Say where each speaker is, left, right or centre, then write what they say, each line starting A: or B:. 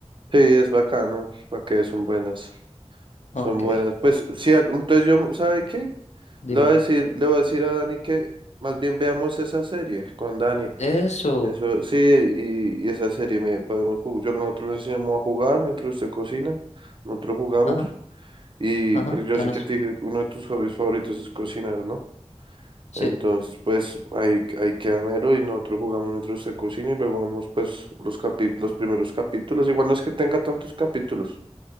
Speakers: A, on the right; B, on the left.
A: Sí, es bacano, para que son buenas,
B: Ok,
A: son buenas. Pues sí, al- entonces yo, ¿sabe qué?
B: dime.
A: Le voy a decir, le voy a decir a Dani que más bien veamos esa serie con Dani.
B: Eso.
A: Eso, sí, y, y esa serie me podemos jugar. Yo nosotros le enseñamos a jugar mientras usted cocina, nosotros jugamos.
B: Ajá,
A: Y
B: ajá,
A: pero yo
B: ya
A: sé
B: no
A: que
B: sé.
A: a ti uno de tus hobbies favoritos es cocinar, ¿no?
B: Sí,
A: Entonces, pues ahí, ahí queda Melo y nosotros jugamos mientras usted cocina y luego vemos pues los capítulos, los primeros capítulos. Igual no es que tenga tantos capítulos.